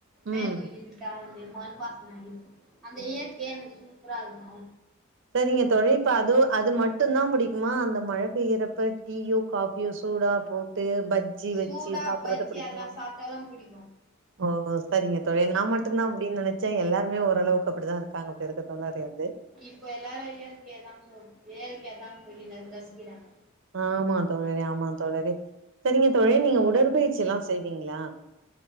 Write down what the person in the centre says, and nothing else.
மெகோ
இருட்டானது மண்வாசன அடிக்கு அந்த
இயற்கையே எனக்கு சூ ப்பரா இருக்கு
சூடா
பஜ்ஜி
அதெல்லா சாப்ட்டாலு புடிக்கு
ம்
இப்போ எல்லாரு இயற்கைதா ப்ரோ இயற்கைதான்னு சொல்லி ந ரசிக்கிறாங்க